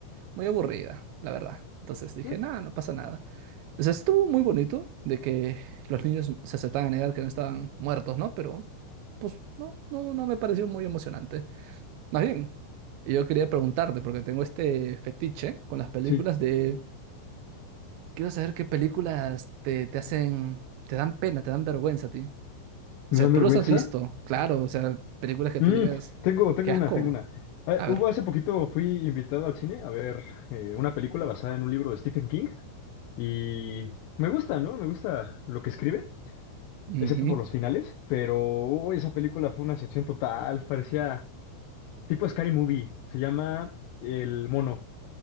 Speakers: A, on the right (about 80°); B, on the left (about 80°).
A: muy aburrida, la verdad. Entonces dije,
B: Eh,
A: nada, no pasa nada. O sea, estuvo muy bonito de que los niños se aceptaban a negar que no estaban muertos, ¿no? Pero, pues, no, no, no me pareció muy emocionante. Más bien, yo quería preguntarte, porque tengo este fetiche con las películas
B: Sí.
A: de, quiero saber qué películas te, te hacen, te dan pena, te dan vergüenza a ti. O
B: ¿Me
A: sea,
B: da vergüenza?
A: tú los has visto, claro, o sea, películas que
B: Mm,
A: tú digas,
B: tengo, tengo
A: qué asco.
B: una, tengo una. Ah,
A: A
B: hubo
A: ver,
B: hace poquito fui invitado al cine a ver eh, una película basada en un libro de Stephen King y me gusta, ¿no? Me gusta lo que escribe,
A: ujú,
B: excepto por los finales, pero uy, esa película fue una excepción total, parecía tipo Scary Movie, se llama El Mono.